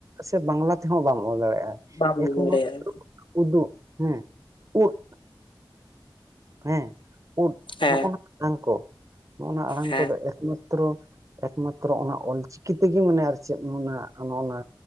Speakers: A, on the right; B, on the left.
A: ᱥᱮ ᱵᱟᱝᱞᱟ ᱛᱮᱦᱚᱸ ᱵᱟᱢ ᱚᱞ ᱫᱟᱲᱮᱭᱟᱜᱼᱟ
B: ᱵᱟᱢ
A: ᱮᱠᱢᱚᱛ
B: ᱞᱟᱹᱭ ᱫᱟᱲᱮᱭᱟᱜᱼᱟ
A: <unintelligible> ᱩᱫᱩᱜ ᱦᱮᱸ ᱩᱫ ᱦᱮᱸ ᱩᱫ
B: ᱦᱮᱸ
A: ᱱᱚᱜᱼᱚᱱᱟ ᱟᱲᱟᱝ ᱠᱚ ᱱᱚᱜᱼᱚᱱᱟ ᱟᱲᱟᱝ
B: ᱦᱮᱸ
A: ᱠᱚᱫᱚ ᱮᱠᱢᱟ ᱛᱨᱚ ᱮᱠᱢᱟᱛᱨᱚ ᱚᱱᱟ ᱚᱞ ᱪᱤᱠᱤ ᱛᱮᱜᱮ ᱢᱟᱱᱮ ᱟᱨ ᱪᱮᱫ ᱱᱚᱱᱟ, ᱱᱚᱜᱼᱱᱟᱼᱼ